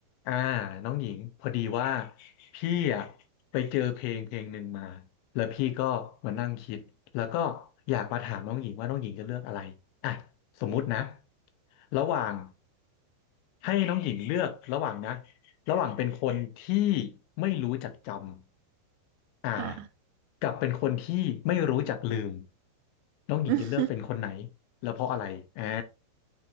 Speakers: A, on the left; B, on the right.
A: อ่าน้องหญิงพอดีว่าพี่อ่ะไปเจอเพลงเพลงหนึ่งมาแล้วพี่ก็มานั่งคิดแล้วก็อยากมาถามน้องหญิงว่าน้องหญิงจะเลือกอะไรอ่ะสมมุตินะระหว่างให้น้องหญิงเลือกระหว่างนะระหว่างเป็นคนที่ไม่รู้จักจำอ่า
B: ค่ะ
A: กับเป็นคนที่ไม่รู้จักลืมน้องหญิงจะเลือกเป็นคนไหน
B: <laughs>
A: แล้วเพราะอะไรอ่า